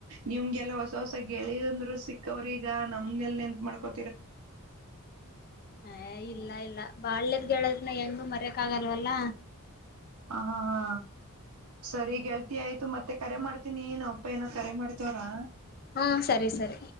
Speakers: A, on the right; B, on the left.
A: ನಿಮ್ಗೆಲ್ಲ ಹೊಸ ಹೊಸ ಗೆಳೆಯಂದರು ಸಿಕ್ಕವ್ರೀಗ ನಮ್ನೆಲ್ ನಿೆತ್ ಮಾಡ್ಕೊ
B: ಹ
A: ಹ
B: ಇಲ್ಲ ಇಲ್ಲ - ಬಾಳ್್ಯದ್ ಗೆೇಳದನ ಹೆಂಗು ಮರ್ಯಕ್ ಆಗಲ್ಲ ಲ್ಲ
A: ಹ ಹಾ ಹಾ ಸರಿ ಗೆಳ್ತಿ ಆಯ್ತು ಮತ್ತೆ ಕರೆ ಮಾಡ್ತೀನಿ ನಾವಪ್ಪ ಏನೋ ಕರೆ ಮಾಡ್ತವ್ರಾ
B: ಹಾ ಸರಿ ಸರಿ